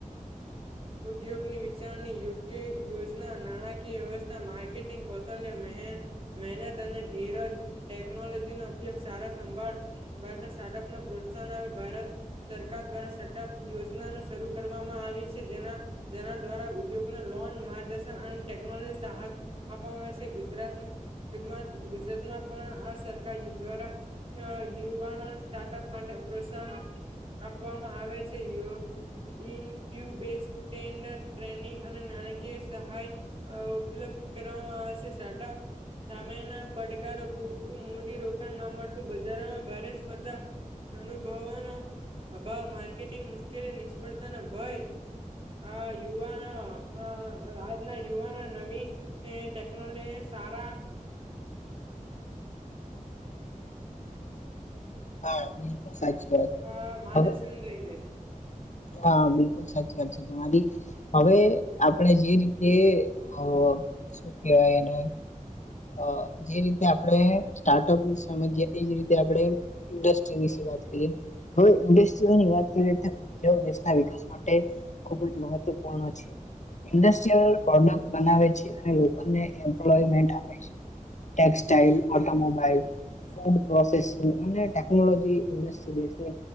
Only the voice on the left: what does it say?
<inaudible>
હા બિલકુલ સાચી વાત.
હવે
હા બિલકુલ સાચી વાત છે તમારી હવે આપણે જે રીતે અ શું કેહેવાય એને અ જે રીતે આપણે સ્ટાર્ટઅપ ની સમજીએ તે જ રીતે આપણે ઇન્ડસ્ટ્રી વિશે વાત કરીએ. હવે ઇન્ડસ્ટ્રીઓની વાત કરીએ તો તેઓ દેશના વિકાસ માટે ખુબ જ મહત્વપૂર્ણ છે. ઇન્ડસ્ટ્રીયલ પ્રોડક્ટ બનાવે છે અને લોકોને એમ્પ્લોયમેન્ટ આપ ટેક્સટાઈલ ઓટોમોબાઈલ ફૂડ પ્રોસેસિંગ અને ટેકનોલોજી ઇન્ડસ્ટ્રી ને